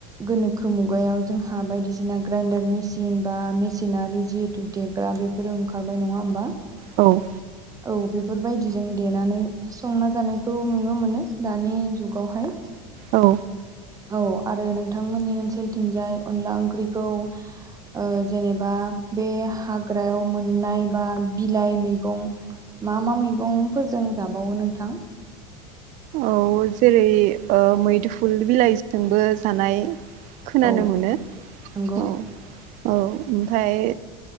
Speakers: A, on the right; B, on the right.
A: गोनोखो मुगायाव जोंहा बायदिसिना ग्रानडार मेसिन बा मेसिनारि जिहेतु देग्रा। बा ओंखार नङा हबा
B: औ
A: औ बेफोरबायदिजों देनानै संना जानायखौ नुनो मोनो दानि जुगावहाय।
B: औ।
A: औ आरो नोंथांमोननि ओनसोलथिंजाय अनला ओंख्रिखौ। ओ जेनेबा बे हाग्रायाव मोननाय बा बिलाइ मैगं। मा मा मैगंफोरजों जाबावो नोंथां।
B: औ जेरै मैदुफुल बिलाइजोंबो जानाय। खोनानो
A: औ
B: मोनो औ।
A: नंगौ
B: औ ओमफ्राय